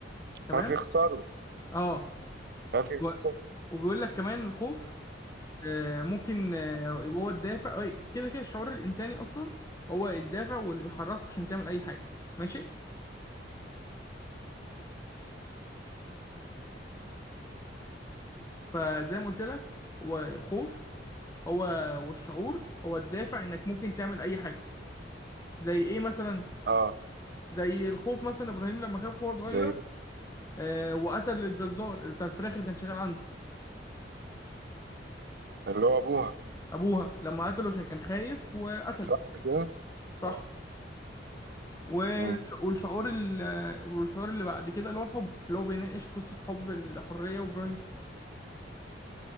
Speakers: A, on the left (about 20°); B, on the right (about 60°).
A: تمام
B: ففي خساره
A: اه
B: ففي
A: و-
B: خساره
A: وبيقول لك كمان الخوف آه، ممكن آه، يبقى هو الدافع أي، كده كده الشعور الإنساني أصلا هو الدافع واللي بيحركك عشان تعمل أي حاجة ماشي فزي ما قلت لك هو الخوف هو والشعور هو الدافع انك ممكن تعمل اي حاجه زي ايه مثلا
B: اه
A: زي الخوف مثلا ابراهيم لما خاف وهو صغير
B: زي
A: آه وقتل الجزار بتاع الفراخ اللي كان شغال عنده
B: اللي هو ابوها
A: ابوها لما قتله عشان كان خايف وقتله
B: صح كده
A: صح
B: اه
A: والش-
B: مم.
A: والشعور ال- آه، والشعور اللي بعد كده اللي هو الحب اللي هو بيناقش قصه حب الحريه وابراهيم